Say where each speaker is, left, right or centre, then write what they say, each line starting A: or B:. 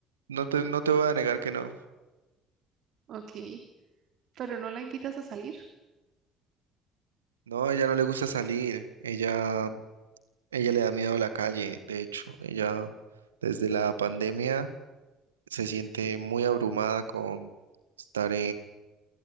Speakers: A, on the right; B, on the right.
A: no te, no te voy a negar que no.
B: Ok. Pero no la invitas a salir.
A: No, a ella no le gusta salir, ella, ella le da miedo a la calle, de hecho, ella desde la pandemia se siente muy abrumada con estar